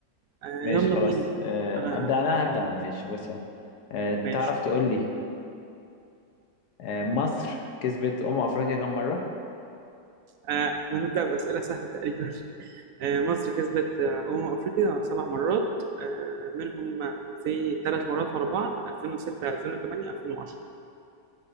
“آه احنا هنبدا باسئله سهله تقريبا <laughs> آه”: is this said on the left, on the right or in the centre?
Right